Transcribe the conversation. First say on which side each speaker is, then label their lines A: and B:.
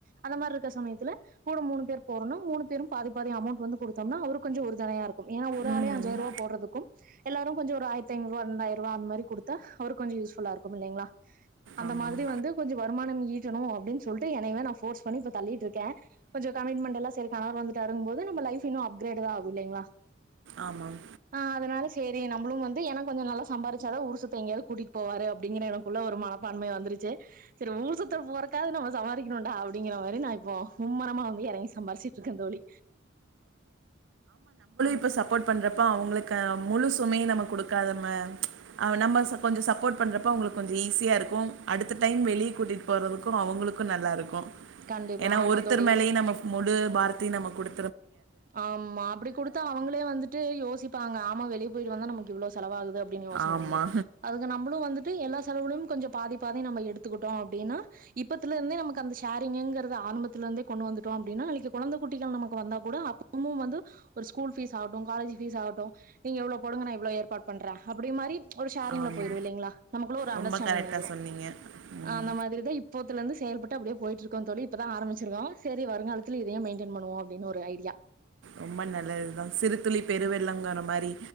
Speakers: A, on the right; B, on the right.
A: அந்த மார்ரிக்கற சமயத்துல கூட மூணு பேர் போறனு மூணு பேரும் பாதி பாதி அமௌண்ட் வந்து குடுத்தோம்னா அவருக் கொஞ்சோ உறுதொனையா இருக்கும் ஏனா ஒரு
B: ம்
A: ஆளே அஞ்சாயிரூவா போட்றதுக்கும் எல்லாரு கொஞ்சோ ஒரு ஆயிரத்தி ஐநூரூவா இரண்டாயிரூவா அந்த மாரி குடுத்தா அவருக் கொஞ்சோ யூஸ்ஃபுல்லா இருக்கும் இல்லைங்ளா அந்த
B: ஆமாம்
A: மாதிரி வந்து கொஞ்சோ வருமானம் ஈ ட்டனோ அப்டின் சொல் ட்ரி என்னையவே நா ஃபோர்ஸ் பண்ணி இப்ப தள்ளீட்டுருக்கே கொஞ்சோ கமிட்மெண்ட்டெல்லா செரி கணவர் வந்துட்டாருங் போது து நம்ப லைஃப் இன்னு அப்கிரேட்தா ஆகு இல்லிங்ளா
B: ஆமாம்
A: ஆ அதுனால செரி நம்புளு வந்து ஏனா கொஞ்சோ நல்லா சம்பாரிச்சாதா ஊரு சுத்த எங்யாது கூட்டிட்டு போவாரு ப்டிங்கிற எனக்குள்ள ஒரு மனப்பான்மை வந்துருச்சே செரி ஊர் சுத்து போறத்காவுது நம்ம சம்பாரி தீக்னோன்டா அப்டிங்கிற மாரி நா இப்போ மும்மரமா வ இறங்கி சம்பார்ச்சிட் டுருக்கந்தோழி
B: க சப்போர்ட் பண்றப்ப அவுங்ளே க முழு சுமை நமக் கொடுக்காத மா ச்ச அவ நம்ம ச கொஞ்சோ சப்போர்ட் பண்றப்ப அவுங்குளுக்கு கொஞ்சோ ஈஸியா இருக்கோ அடுத்த டைம் வெளி கூட்டிட் போறதுக்கோ அவுங்குளுக்கு நல்லா இருக்கோ
A: கண்டிப்பா
B: ஏனா
A: ஆமா
B: ஒர்தர்
A: தோழி
B: மேலையே நம்ம முழு பாரத்தையு நம்ம குடு
A: ஆமா அப்டி குடுத்தா அவுங்களே வந்துட்டு யோசிப்பாங்க ஆமா வெளிய போயிடு வந்தா நமக்கு இவ்ளோ செலவாகுது அப்டின்னு யோசன
B: ஆமா
A: வந்துரு அதுக்கு நம்மளு வந்துட்டு எல்லா செலவுகளயு கொஞ்ச பாதி பாதி நம்ம எடுத்துக்கிட்டோ அப்டின்னா இப்பத்துலந்தே நமக்கு அந்த ஷேரீங்கிறத ஆரம்பத்துல இருந்தே கொண்டு வந்துட்டோ அப்டினா நாளைக்கு கொழந்த குட்டிகள் வந்தா கூட அப் தினமும் வந்து ஒரு ஸ்கூல் பீஸ் ஆகட்டு காலேஜ் பீஸ் ஆகட்டு நீங்க இவ்ளோ போடுங்க நா இவ்வளோ ஏற்பாடு பண்றே அப்டி மாரி ஒரு ஷேரிங்ல
B: ஆமா
A: போயிரு இல்லைங்களா நமக்குள்ள ஒரு அண்டர்ஸ்டாண்டிங்
B: ரொம்ப கரெக்டா
A: வந்துரு
B: சொன்னீங்க ம்
A: ஆ அந்த மாதிரிதா இப்போத்துலருந்து செயல்பட் டு அப்டியே போயிட்ருக்கோ தோழி இப்பதா ஆரம்பச்சிருக்கோ சரி வருங்காலத்தில இதையே மெயின்டென் பண்ணுவோ அப்டினு ஒரு ஐடியா
B: ரொம்ப நல்லதுதா சிறுதுளி பெருவெள்ளம்ங்கிற மாரி